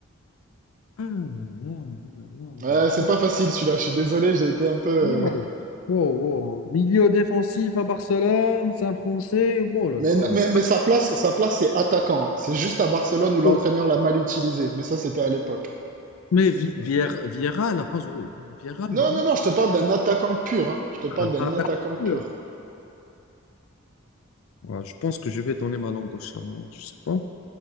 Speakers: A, on the left; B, on the right.
A: Ah là là, oh là là, oh
B: Ouais,
A: là
B: c'est
A: là.
B: pas facile celui-là, je suis désolé, j'ai été un peu. euh,
A: Wow,
B: <laughs>
A: wow, wow. Milieu défensif à Barcelone, Saint-Français, oh là
B: Mais,
A: là.
B: mais, mais sa place, sa place c'est attaquant. hein. C'est juste à Barcelone où l'entraîneur
A: Oh,
B: l'a mal utilisé. Mais ça, c'était à l'époque.
A: Mais Vi- Vier- Vieira, elle n'a pas joué. Vieira, non.
B: Non, non, non, je te parle d'un attaquant pur, hein. Je te parle
A: Ah,
B: d'un
A: ah,
B: attaquant
A: t'as compris.
B: pur.
A: Ouais, je pense que je vais donner ma langue au chat. hein, Je sais pas.